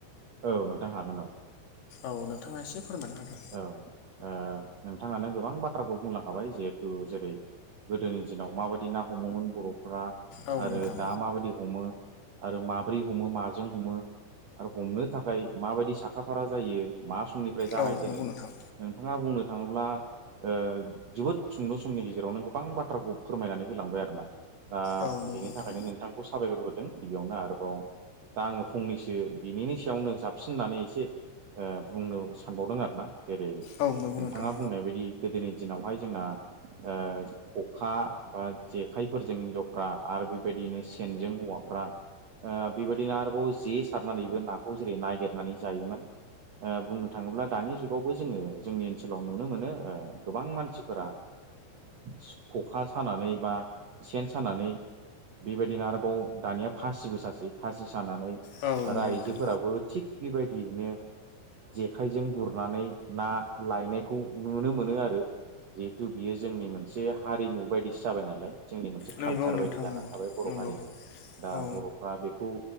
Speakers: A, on the right; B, on the left.
A: औ नोंथां हागोन औ।
B: औ नोंथाङा एसे फोरमायना होदो।
A: औ ओ नोंथाङानो गोबां बाथ्राखौ बुंलां खाबाय जिहेथु जेरै गोदोनि दिनाव माबायदि ना हमोमोन बर' फोरा
B: औ
A: आरो
B: नोंथां
A: दा माबायदि हमो आरो माब्रै हमो माजों हमो आरो हमनो थाखाय माबायदि साखा फारा जायो मा समनिफ्राय जागायजेनो
B: औ नंगौ नोंथां
A: नोंथाङा बुं बुंनो थाङोब्ला ओ जोबोद सुंद' समनि गेजेरावनो गोबां बाथ्राखौ फोरमायनानै होलांबाय आरो ना। दा
B: औ नंगौ
A: बेनि
B: नोंथां।
A: थाखायनो नोंथांखौ साबायखर होदों गिबियावनो आरोबाव दा आङो फंनैसो बिनिनि सायावनो साबसिन होननानै एसे ओ बुंनो सानबावदों आरो। ना जेरै
B: औ नंगौ
A: नोंथाङा
B: नोंथां
A: बुंनाय बायदि गोदोनि दिनावहाय जोंना ओ खखा बा जेखाइफोरजों हिनजावफ्रा आरो बेबायदिनो सेनजों हवाफ्रा ऐ बेबायदिनो आरोबाव जे सारनानैबो नाखौ जेरै नागिरनानै जायोमोन। ओ बुंनो थाङोब्ला दानि जुगावबो जोङो जोंनि ओनसोलाव नुनो मोनो ओ गोबां मानसिफोरा सु ख'खा सानानै बा सेन सानानै बेबायदिनो आरोबाव दानिया फासिबो ससे फासि खानानै
B: औ
A: आरो
B: नंगौ
A: आइजोफोराबो
B: नोंथां
A: थिग बेबायदियैनो जेखायजों गुरनानै ना लायनायखौ नुनो मोनो आरो। जिहेथु बियो जोंनि मोनसे हारिमु बायदिसो जाबाय नालाय। जोंनि मोनसे
B: नंगौ
A: कालसार
B: नोंथां
A: बायदि जानानै
B: नंगौ
A: थाबाय बर'
B: नंगौ
A: हारिनि। दा
B: औ
A: बर'फ्रा बेखौ